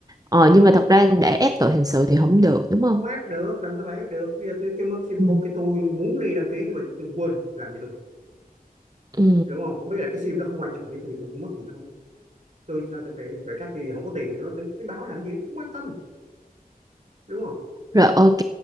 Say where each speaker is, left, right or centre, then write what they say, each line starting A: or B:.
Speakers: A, on the right; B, on the right.
A: ờ nhưng mà thật ra để ép tội hình sự thì không được đúng không?
B: không ép được làm sao bà ép được bây giờ tôi kêu mất sim
A: Ừ.
B: ok tôi muốn đi đăng ký nhưng mà tôi quên làm gì tôi
A: Ừ.
B: đúng không với lại cái sim nó không quan trọng với tôi tôi mất thì thôi tôi sao tôi phải phải cắt thì không có tiền thì nó tôi, tôi báo làm gì không quan tâm đúng không
A: Rồi ok,